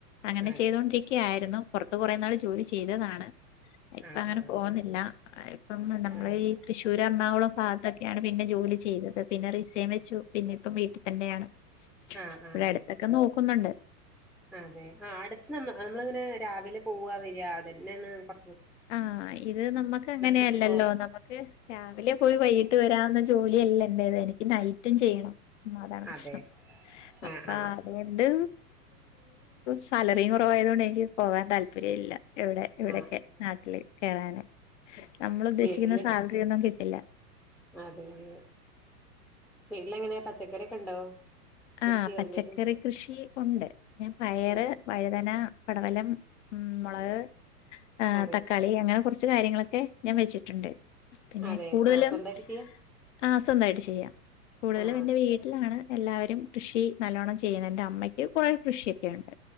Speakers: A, on the left; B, in the centre.
A: അങ്ങനെ
B: അതെ
A: ചെയ്തൊണ്ടിരിക്കയായിരുന്നു പുറത്ത് കുറേ നാൾ ജോലി ചെയ്തതാണ് ഇപ്പം
B: ആഹ്
A: അങ്ങനെ
B: ആഹ്
A: പോകുന്നില്ല ഇപ്പം നമ്മള്
B: ആഹ്
A: ഈ തൃശ്ശൂര് എറണാകുളം ഭാഗത്തൊക്കെ പിന്നെ ജോലി ചെയ്തത് പിന്നെ റിസൈൻ വെച്ചു പിന്നെ ഇപ്പം വീട്ടിൽ തന്നെയാണ്
B: ആഹ് ആഹ്
A: ഇവിടെ അടുത്തൊക്കെ നോക്കുന്നുണ്ട്
B: അതെ ആ അടുത്ത് നമ്മൾ നമ്മളെങ്ങനെയാണ് രാവിലെ പോവാ വരിക അതന്നെയാണ് കൊ
A: ആ ഇത് നമ്മുക്ക് അങ്ങനെയല്ലല്ലോ
B: നിക്കുമ്പോ
A: നമുക്ക് രാവിലെ പോയി വൈ കിട്ട് വരാവുന്ന ജോലിയല്ല എന്റേത് എനിക്ക് നൈറ്റും ചെയ്യണം ഉ അതാണ് പ്രശ്നം
B: അതെ
A: അപ്പൊ
B: ആഹ് ആഹ്
A: അതുകൊണ്ട് സാലറിയും കുറവായത് കൊണ്ട് എനിക്ക് പോകൻ താല്പര്യം ഇല്ല എവിടെ ഇവിടൊക്കെ
B: ആഹ്
A: നാട്ടില് കേറാന് നമ്മൾ ഉദ്ദേശിക്കുന്ന
B: വീട്ടില്
A: സാലറി ഒന്നും കി ത്തില്ല
B: അതെ അതെ വീട്ടില് എങ്ങനെയാ പച്ചക്കറിയൊക്കെ ഉണ്ടോ കൃഷിയോ
A: ആ പച്ചക്കറി
B: എന്തേലും
A: കൃഷി ഉണ്ട് പിന്നെ പയറ്
B: ആ
A: വഴുതന പടവലം ഉം വളരെ ആ
B: അതെ
A: തക്കാളി അങ്ങനെ കുറ കുറച്ചു കാര്യങ്ങളൊക്കെ ഞാൻ വെച്ചിട്ടുണ്ട് പിന്നെ
B: അതെ
A: കൂടുതലും
B: ആ സ്വന്തായിട്ട് ചെയ്യാ
A: ആ സ്വന്തായിട്ട് ചെയ്യാം കൂടുതലും
B: ആ
A: എന്റെ വീട്ടിലാണ് എല്ലാവരു കൃഷി നല്ലോണ്ണം ചെയ്യുന്നുണ്ട് അമ്മയ്ക്ക് കുറെ കൃഷിയൊക്കെയുണ്ട്